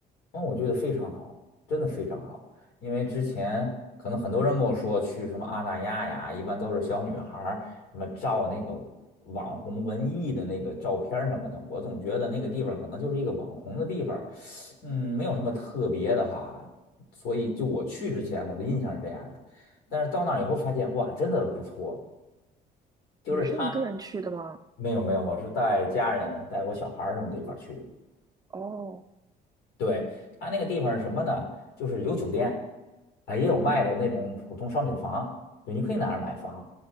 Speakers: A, on the left; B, on the right.
A: 嗯，我觉得非常好，真的非常好。因为之前可能很多人跟我说去什么阿那亚呀，一般都是小女孩儿什么照那个网红文艺的那个照片儿什么的，我总觉得那个地方可能就是一个网红的地方儿嗯，没有什么特别的哈。所以就我去之前，我的印象是这样的，但是到那儿以后发现，哇，真的不错。就是他
B: 你是一个人去的吗？
A: 没有没有，我是带家人带我小孩儿什么的一块儿去的。
B: 哦，
A: 对，它那个地方是什么呢？就是有酒店，啊，也有卖的那种普通商品房，对，你可以在那儿买房。